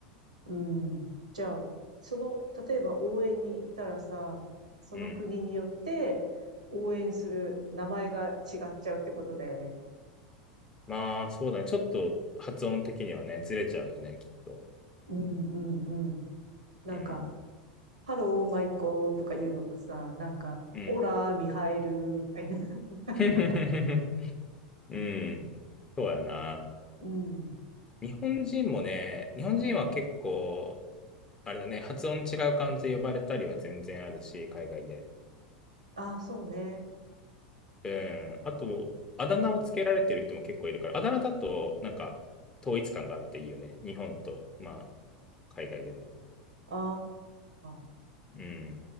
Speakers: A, on the right; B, on the left.
A: うん。じゃあ、その、例えば応援に行ったらさ、その国によって応援する名前が違っちゃうってことだよね。
B: うん。まあそうだね。ちょっと発音的にはね、ずれちゃうよね、きっと。
A: うんうんうん。なんか、
B: うん。
A: ハローマイコーとか言うのとさ、なんか、
B: うん。
A: オラミハエルみたいな、<laughs> なんか、
B: <laughs> うん。そうやな。
A: うん。
B: 日本人もね、日本人は結構、あれだね、発音違う漢字で呼ばれたりは全然あるし、海外で。
A: ああ、そうね。
B: うんあと、あだ名をつけられてる人も結構いるから、あだ名だと、なんか、統一感があっていいよね。日本と、まあ、海外での。
A: ああ、
B: うん、